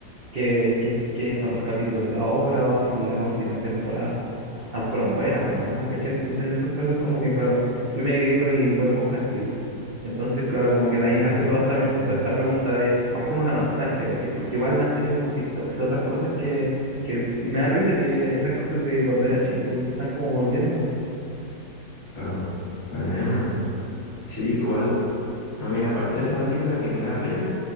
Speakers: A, on the right; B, on the left.
A: qué, qué- qué son los capítulos de ahora o si las últimas temporadas tan- fueron buenas, fueron malas, ¿cachai? Entonces en esos casos como que, claro, yo me quedé con el Bob Esponja antiguo. Entonces, claro, como que
B: Ah,
A: de ahí nació toda esta, toda esta pregunta de más como la nostalgia, ¿cachai? Porque igual me han salido como TikToks de otras cosas que, que <laughs> me dan risa que eran cosas de cuando era chico, pues, y están como volviendo.
B: Claro. Bueno, sí, igual a mí la parte de esa película que me da pena